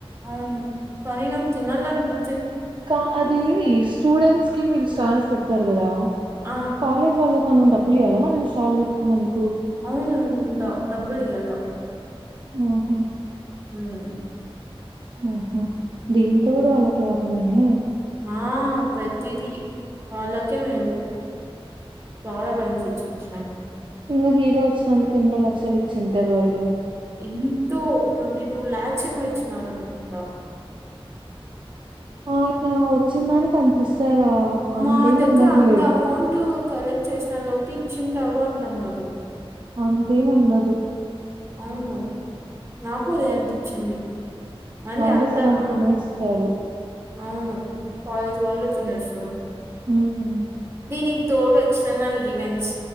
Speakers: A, on the right; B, on the right.
A: అవును కాని నాకు తినాలనిపి
B: కా అది స్టూడెంట్స్ కి మీరు స్టాల్స్ పెడతారు కదా!
A: ఆ
B: కాలేజ్ వాళ్లకు మనం డబ్బులు ఇయ్యాల మన స్టాల్ పెట్టుకున్నందు
A: అవును అనుకుంతా డబ్బులు ఇయ్యల్ల
B: ఆహ
A: హ్మ్
B: ఆహ దీన్ తోడు వాళ్ళకి లాభమేనే
A: ఆ ప్రతిదీ వాళ్ళకే మేలు చాలా బెనిఫిట్స్ వచ్చినాయి
B: ఇంగ హీరో వచ్చినందుకి ఎన్నో లక్షలు ఇచ్చింది ఇంటారు వాళ్ళు
A: ఎంతో ట్వంటీ టూ లాక్స్ ఏమో ఇచ్చినారంట
B: ఆ ఆయన వచ్చిందానికి అంతిస్తారా అంతేం
A: మా దగ్గర
B: ఉండదులే
A: అంత అమౌంట్ కలెక్ట్ చేసినారు. కాబట్టి ఇచ్చింటారు అంటన్నారు.
B: అంతేము ఉండదు
A: అవును నాకు అదే అనిపిత్తంది. మరి
B: వాళ్ళే
A: అంతనా
B: సగం తినేస్తారు
A: అవు కాలేజ్ వాళ్ళే తినేస్తారు
B: ఉమ్
A: దీని తోడు ఎక్స్టర్నల్ ఈవెంట్స్